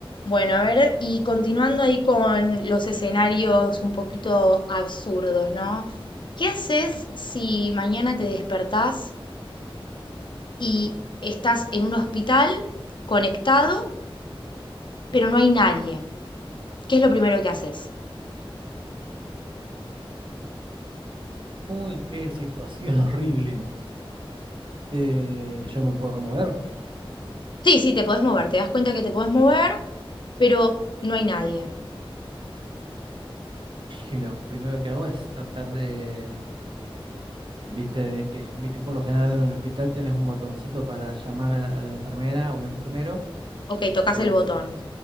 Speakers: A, on the left; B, on the right.
A: Bueno, a ver, y continuando ahí con los escenarios un poquito absurdos, ¿no? ¿Qué haces si mañana te despertás y estás en un hospital conectado, pero no hay nadie? ¿Qué es lo primero que haces?
B: Uy, qué situación <laughs> horrible. Eh, yo me puedo mover
A: Sí, sí, te podés mover, te das cuenta que te podés mover, pero no hay nadie.
B: y lo primero que hago es tratar de, viste, de que, viste, por lo general en el hospital tenés un botoncito para llamar a la, a la enfermera o el enfermero.
A: Ok, tocas
B: Veo,
A: el botón.
B: s-